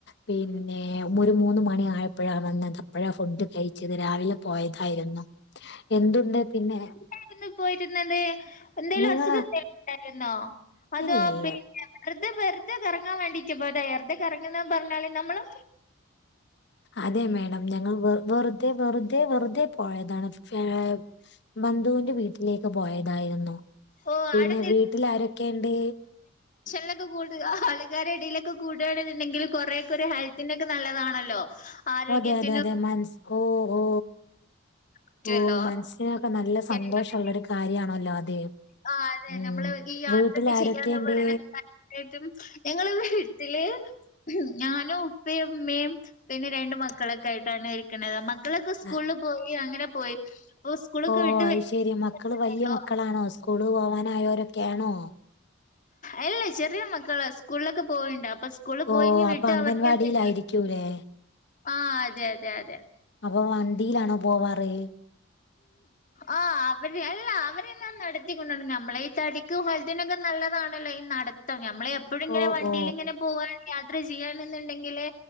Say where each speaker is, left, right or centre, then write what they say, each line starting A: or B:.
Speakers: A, on the left (about 55°); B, on the left (about 40°).
A: പിന്നെ ഒരു മൂന്ന് മണി ആയ അപ്പൊഴാ വന്നത് അപ്പൊഴാ ഫുഡ് കഴിച്ചത് രാവിലെ പോയതായിര്ന്നു എന്തുണ്ട് പിന്നെ
B: <unintelligible> യിരുന്നു പോയിരുന്നത് എന്തേലും
A: നിങ്ങള്
B: അസുഖന്തേണ്ടായ്ര്ന്നോ അതോ
A: ഇല്ലല്ല
B: പിന്നെ ത് വെറ്തെ കറങ്ങാൻ വേണ്ടീട്ട് പോയ്തൊ വെറ്തെ കറങ്ങ്ന്ന് പറ്ഞ്ഞാൽ നമ്മള്
A: അതെ മാഡം ഞങ്ങൾ വെ വെറ്തെ വെറ്തെ വെറ്തെ പോയതാണ് ഫേ ബന്ധുവിന്റെ വീട്ടിലേക്ക് പോയതായിരുന്നു
B: ഓ
A: പിന്നെ
B: അവിടെ
A: വീട്ടിലാരൊക്കേണ്ട്
B: ക്ഷനിലൊക്കെ കൂടുക ആൾക്കാരെടേലൊക്കെ കൂടാണ്ന്ന്ണ്ടെങ്കിൽ കൊറേക്കൊരു ഹെൽത്തിനൊക്കെ നല്ലതാണല്ലോ ആരോഗ്യത്തിനും
A: അതെ അതെ അതെ മൻസ് ഓ ഓ
B: പറ്റുമല്ലോ
A: ഓ മനസ്സ്നൊക്കെ നല്ല സന്തോഷള്ളൊരു
B: എല്ലാം-
A: കാര്യാണല്ലോ അത്
B: ആ അതെ
A: ഉം
B: നമ്മള് ഈ യാത്രൊക്കെ
A: വീട്ടിൽ ആരൊക്കെയുണ്ട്?
B: ചെയ്യാന്ന് പറിണത് തന്നെ ഏറ്റവും ഞങ്ങള് വീട്ടില് ഞാനും ഉപ്പയും മ്മയും പിന്നെ രണ്ട് മക്കളൊക്കെ ആയ്ട്ടാണ് ഇരിക്ക്ണത് മക്ക് ക്കളൊക്കെ സ്കൂളിൽ
A: ആ,
B: പോയി അങ്ങനെ പോയി അപ്പൊ സ്കൂളൊക്കെ
A: ഓ
B: വിട്ട്
A: അയ്ശെരി
B: വരുമ്പോ
A: മക്കള് വല്ല്യ മക്കളാണോ സ്കൂള് പോവാനായോരൊക്കേണോ
B: അല്ല ചെറിയ മക്കളാ സ്കൂള്ലൊക്കെ പോവ്ണ്ട് അ പ്പം സ്കൂള്ല്
A: ഓ
B: പോയി ഞ്ഞി
A: അപ്പൊ
B: വിട്ട്
A: അംഗൻവാടിയിലായിരിക്കൂലേ?
B: അവർക്കെന്തെങ്കിൽ ആ അതെ അതെ അതെ
A: അപ്പോ വണ്ടീലാണോ പോവാറ്
B: ആ അവര് അല്ല അവരെ ഞാൻ നടത്തിക്കൊണ്ടാണ് നമ്മളെ ഈ തടിക്കും ഹെൽത്തിനൊക്കെ ന നല്ലതാണല്ലോ ഈ നടത്തം നമ്മൾ എപ്പോഴും ങ്ങനെ
A: ഓ
B: വണ്ടീല്ങ്ങനെ
A: ഓ
B: പോവാണെങ്കി അ ത്രചെയ്യാണ്ന്ന്ന്ന്ണ്ടെങ്കില്